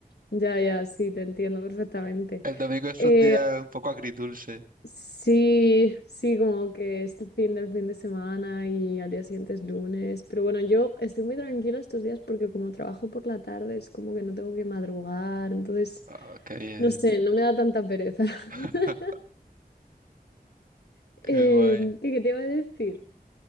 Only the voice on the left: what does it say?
ya, ya, sí, te entiendo perfectamente.
Eh,
sí, sí, como que es el fin del fin de semana y al día siguiente es lunes. Pero bueno, yo estoy muy tranquila estos días porque como trabajo por la tarde es como que no tengo que madrugar, entonces,
no sé, no me da tanta pereza. <laughs>
Em,
¿qué, qué te iba a decir?